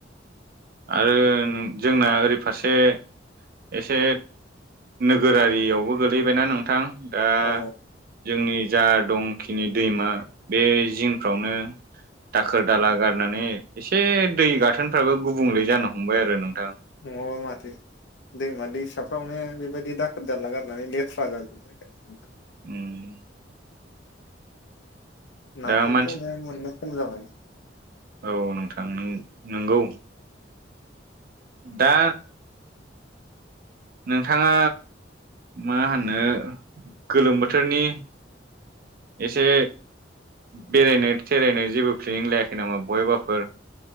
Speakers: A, on the right; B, on the left.
A: आरो जोंना ओरै फारसे एसे नोगोरारियावबो गोलैबायना नोंथां दा
B: अ
A: जोंनि जा दंखिनि दैमा बे जिंफ्रावनो दाखोर दाला गारनानै एसे दै गाथोनफ्राबो गुबुंले जानो हमबाय आरो नोंथां।
B: नङाबा माथो। दैमा दैसाफ्रावनो बेबायदि दाखोर दाला गारनानै लेथ्रा जाजोब्बाय गासिबो।
A: उम।
B: नाफोरखौनाय
A: दा मानसि
B: मोननो ख जाबाय
A: औ नोंथां नों नंगौ दा। नोंथाङा मा होनो गोलोम बोथोरनि एसे। बेरायनो थेरायनो जेबो प्लेनिं लायाखै नामा बयबाफोर